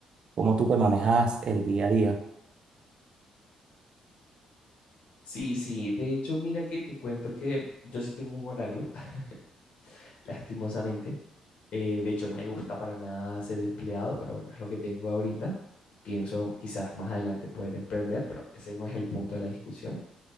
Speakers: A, on the right; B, on the left.
A: cómo tú te manejas el día a día.
B: Sí, sí, de hecho, mira que te cuento que yo sí tengo un horario, <laughs> lastimosamente. Eh, de hecho, no me gusta para nada ser empleado, pero bueno, es lo que tengo ahorita. Pienso quizás más adelante poder emprender, pero ese no es el punto de la discusión.